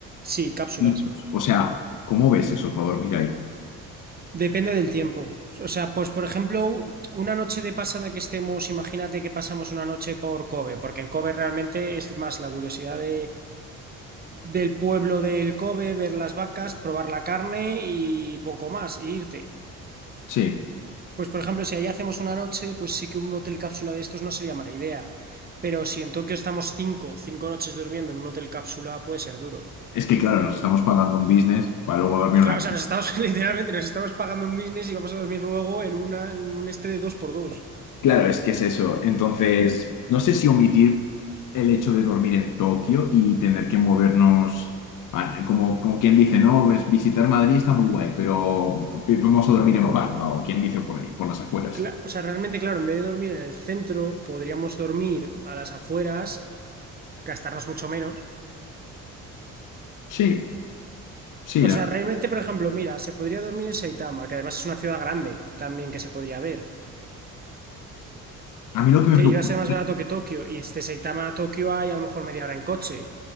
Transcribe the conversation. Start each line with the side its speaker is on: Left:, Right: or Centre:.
Right: Sí, cápsulas.
Left: Nichos. O sea, ¿cómo ves eso para dormir ahí?
Right: Depende del tiempo. O sea, pues por ejemplo, una noche de pasada que estemos, imagínate que pasamos una noche por Kobe, porque en Kobe realmente es más la curiosidad de, del pueblo del Kobe, ver las vacas, probar la carne y poco más, e irte.
Left: Sí.
Right: Pues por ejemplo, si allí hacemos una noche, pues sí que un hotel cápsula de estos no sería mala idea. Pero si en Tokio estamos cinco, cinco noches durmiendo en un hotel cápsula, puede ser duro.
Left: Es que, claro, nos estamos pagando un business para luego dormir una
Right: Claro, o sea, nos estamos, <laughs> literalmente, nos estamos pagando un business y vamos a dormir luego en una, en un este de dos por dos.
Left: Claro, es que es eso. Entonces, no sé si omitir el hecho de dormir en Tokio y tener que movernos, ah, como, como quien dice, no, pues visitar Madrid está muy guay, pero vamos a dormir en Palma o quien dice por ahí, por las afueras.
Right: Cla- o sea, realmente, claro, en vez de dormir en el centro, podríamos dormir a las afueras, gastarnos mucho menos.
Left: Sí, sí,
Right: O
Left: la
Right: sea, realmente, por ejemplo, mira, se podría dormir en Saitama, que además es una ciudad grande también que se podría ver,
Left: A mí lo que me
Right: que
Left: preocupa,
Right: iba a ser más barato que Tokio, y de Saitama a Tokio hay a lo mejor media hora en coche,